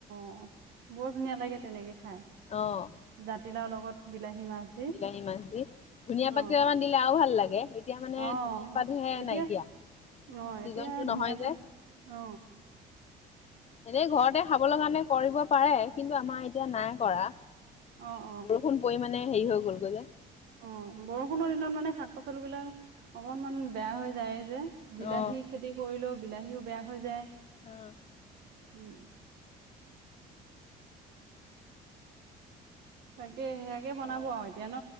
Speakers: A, on the right (about 70°); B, on the left (about 40°).
A: অ' বৰ ধুনীয়া লাগে তেনেকে। খাই,
B: অ',
A: জাতিলাও লগত বিলাহী মাছ দি
B: বিলাহী মাছ দি, ধনীয়া
A: অ
B: পাত কেইটামান দিলে আৰু ভাল লাগে, এতিয়া মানে
A: অ
B: ধুনীয়া পাতহে
A: এতিয়া
B: নাইকিয়া,
A: অ
B: চিজনটো
A: এতিয়া ধুনীয়া
B: নহয়
A: পাত
B: যে।
A: অ
B: এনেই ঘৰতে খাবলৈ কাৰণে কৰিব পাৰে। কিন্তু আমাৰ এতিয়া নাই কৰা।
A: অ অ
B: বৰষুণ পৰি মানে হেৰি হৈ গ'লগৈ যে।
A: অ', বৰষুণৰ দিনত মানে শাক-পাচলি বিলাক অকনমান বেয়া হৈ যায় যে।
B: অ',
A: বিলাহী খেতি কৰিলেও বিলাহীও বেয়া হৈ যায়।
B: অ'।
A: উম। তাকে সেয়াকে বনাব
B: অ',
A: আৰু এতিয়া ন?